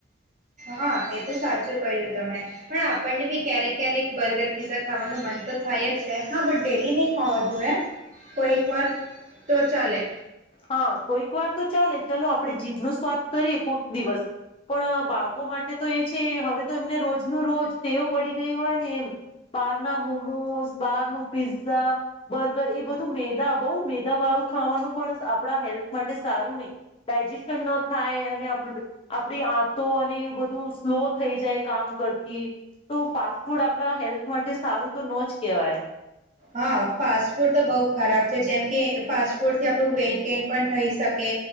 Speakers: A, on the right (about 40°); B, on the left (about 25°).
A: હા એ તો સાચું કહ્યું તમે પણ આપણને ભી ક્યારેક ક્યારેક બર્ગર પીઝા ખાવાનું મન તો થાય જ છે હા બટ ડેલી નહી ખાવા જોુએ કોઈક વાર તો ચાલે
B: હા કોઈક વાર તો ચાલે ચાલ આપડે જીભ ન સ્વાદ કરીએ કોઈક દિવસ પણ બાળકો માટે તો એ છે હવે તો એમને રોજ ન રોજ તેવ પડી ગઈ હોય ને એમ બહાર ના મોમોસ બાર ન પીઝઝા બર્ગર એ બધું મેદા બહુ મેદા વાળું ખાવાનું પણ આપણા હેલ્થ માટે સારું નહી ડાયજેશન ન થાય અને આપડી આતો અને એ બધું સ્લો થઈ જાય કામ કરતી તો ફાસ્ટ ફૂડ આપણા હેલ્થ માટે સારું તો ન જ કહેવાય
A: હા ફાસ્ટ ફૂડ તો બહુ ખરાબ છે જેમ કે ફાસ્ટ ફૂડથી આપણું વેઇટ ગેન પણ થઈ શકે